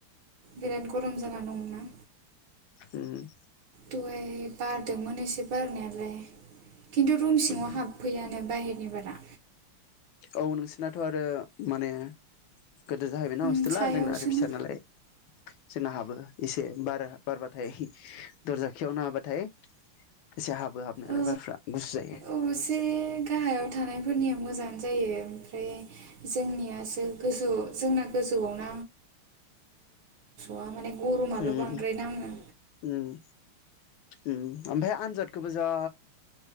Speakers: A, on the right (about 60°); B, on the left (about 70°).
A: बिराद गरम जाना दं ना?
B: ओम
A: दहाय बारदोंमोन एसे बारनायालाय खिन्थु रुम सिङाव
B: उम
A: हाबफैयानो बाहेरा निबारा
B: औ नोसि नाथ' आरो माने गोदेर जाहैबायना
A: उम
B: हस्टेला
A: सायावसोना
B: जोंना आरो फिसा नालाय जोंना हाबो एसे बार बारबाथाय दरजा खियावनो होबाथाय एसे हाबो हाबनायालाय
A: ओ
B: बारफ्रा गुसु जायो।
A: औ एसे गाहायाव थानायफोरनिया मोजाङानो जायो ओमफ्राय जोंनियासो गोसोआव जोंना गोजौआव <unintelligible> गरमाल'
B: उम
A: बांद्राय नाङो
B: उम उम ओमफाय आनजाद खौबोजा